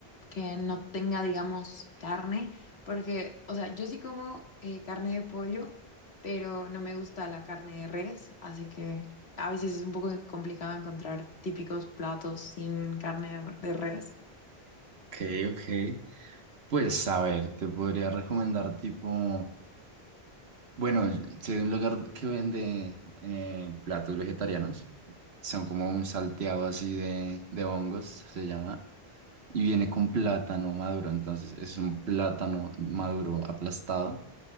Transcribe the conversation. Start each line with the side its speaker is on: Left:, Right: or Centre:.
Left: que no tenga, digamos, carne, porque, o sea, yo sí como eh, carne de pollo, pero no me gusta la carne de res, así que a veces es un poco complicado encontrar típicos platos sin carne de res.
Right: Ok, ok. Pues a ver, te podría recomendar tipo, bueno, si hay un lugar que vende eh, platos vegetarianos, son como un salteado así de, de hongos, se llama. Y viene con plátano maduro, entonces es un plátano maduro aplastado